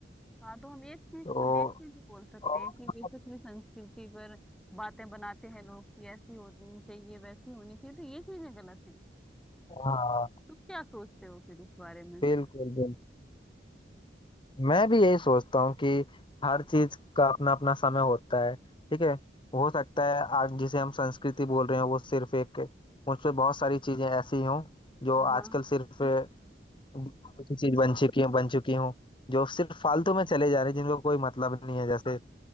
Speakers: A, in the centre; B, on the left.
A: हाँ तो हम एक चीज
B: तो
A: को देख के भी बोल सकते
B: और
A: हैं कि
B: मतलब,
A: वे अपनी संस्कृति पर बातें बनाते हैं लोग कि ऐसी होनी चाहिए वैसी होनी चाहिए तो ये चीजें गलत हैं
B: हाँ
A: तुम क्या सोचते हो फिर इस बारे में
B: बिल्कुल बिल्कुल मैं भी यही सोचता हूँ कि हर चीज का अपना अपना समय होता है ठीक है हो सकता है आज जिसे हम संस्कृति बोल रहे हैं वो सिर्फ एक मुझसे बहुत सारी चीजें ऐसी हों जो
A: हाँ
B: आजकल सिर्फ
A: हाँ
B: दिखावे की चीज बन चुकी बन चुकी हों जो सिर्फ फालतू में चले जा रहे हैं जिनको कोई मतलब नहीं है जैसे